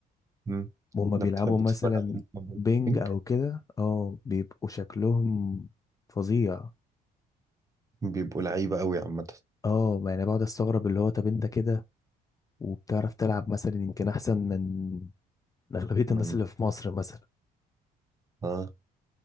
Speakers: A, on the right; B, on the left.
A: مم.
B: وهما
A: انا
B: بيلعبوا
A: بتحب
B: مثلا
A: تتفرج على البنج
B: بينج او كده اه بيبقوا شكلهم فظيع
A: بيبقوا لعيبة قوي عامة
B: اه يعني بقعد استغرب اللي هو طب انت كده وبتعرف تلعب مثلا يمكن احسن من اغلبيه
A: من
B: الناس اللي في مصر مثلا
A: اه